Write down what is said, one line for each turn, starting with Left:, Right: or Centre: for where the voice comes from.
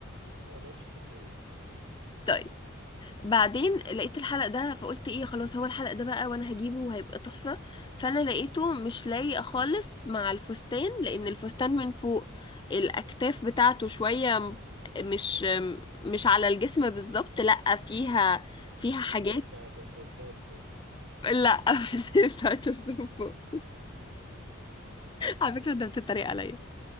Right: ما اقدرش صدقيني
Left: طيب بعدين لقيت الحلق ده فقلت ايه خلاص هو الحلق ده بقى وانا هجيبه وهيبقى تحفة فانا لقيته مش لايق خالص مع الفستان لان الفستان من فوق الاكتاف بتاعته شوية م- مش م- مش على الجسم بالظبط لا فيها فيها حاجات
Right: زي بتاعة الضباط كده
Left: لا <laughs> مش بتاعت السم فوق على فكرة انت بتتريق عليا